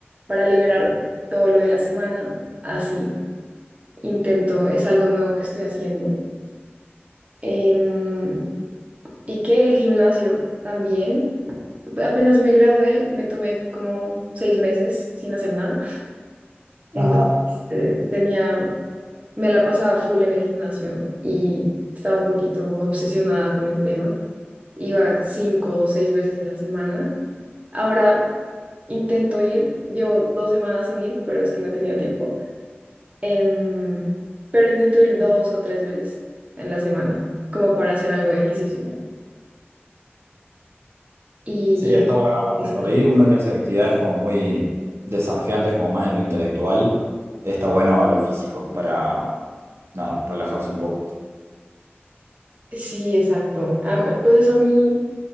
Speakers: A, on the right; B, on the right.
A: para liberar todo lo de la semana, así. intento, es algo nuevo que estoy haciendo. Em, y que el gimnasio también, apenas me gradué, me tomé como seis meses sin hacer nada, entonces
B: Ajá.
A: eh, tenía, me la pasaba full en el gimnasio y estaba un poquito obsesionada con el tema. Iba cinco o seis veces en la semana. Ahora intento ir, llevo dos semanas sin ir, pero es que no he tenido tiempo. Em, pero intento ir dos o tres veces en la semana, como para hacer algo de ejercicio. Y,
B: Sí, está bueno. Aparte,
A: y estrés.
B: por ahí uno que hace actividades como muy desafiantes, como más en lo intelectual, está bueno lo físico para, nada, relajarse un poco.
A: Sí, exacto. Am- pues eso a mí,